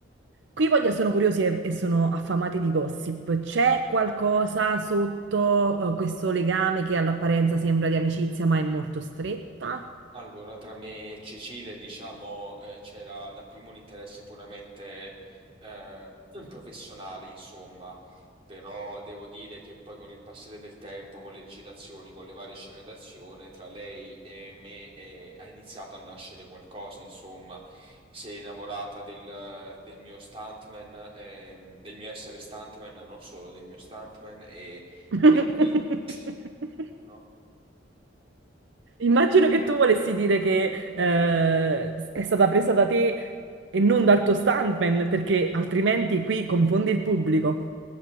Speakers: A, on the right (about 70°); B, on the right (about 30°).
A: Qui voglio- sono curiosi e, e sono affamati di gossip. C'è qualcosa sotto, eh, questo legame che all'apparenza sembra di amicizia, ma è molto stretta?
B: Allora, tra me e Cecile, diciamo, eh, c'era dapprima un interesse puramente eh, <clears throat> professionale, insomma, però devo dire che poi con il passare del tempo, con le recitazioni, con le varie scene d'azione, tra lei e me eh, ha iniziato a nascere qualcosa, insomma, si è innamorata del, del mio stuntman, ehm, del mio essere stuntman, non solo del mio stuntman, e,
A: <laughs>
B: e qui... <clears throat> <tsk> Uno.
A: Immagino che tu volessi dire che eh, è stata presa da te e non dal tuo stuntman, perché altrimenti qui confondi il pubblico.